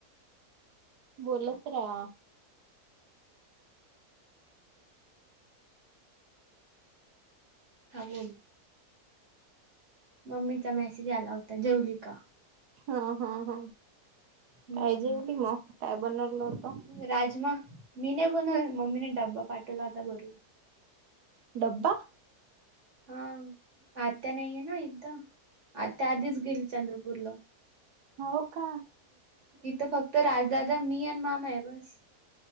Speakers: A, on the right (about 85°); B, on the right (about 50°).
A: बोलत राहा.
B: बोल <inaudible> मम्मीचा मेसेज आला होता जेवली का?
A: हा हा हा
B: हम्म
A: काय जेवली मग काय बनवलं होत.
B: राजमा मी नाही बनव मम्मीने डब्बा पाठवला होता घरून
A: डब्बा.
B: हा आत्या नाहीये इथ आत्या आधीच गेली चंद्रपूरला.
A: हो का.
B: इथं फक्त राजदादा मी आणि मामा आहे बस,